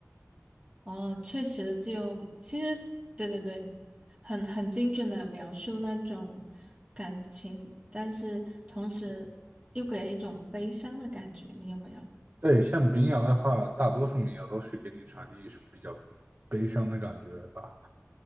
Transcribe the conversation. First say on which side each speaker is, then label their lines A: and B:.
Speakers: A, on the right; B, on the right.
A: 哦，确实就，其实对对对，很很精准的描述那种感情，但是同时又给人一种悲伤的感觉，你有没有？
B: 对，像民谣的话，大多数民谣都是给你传递一种比较悲悲伤的感觉吧。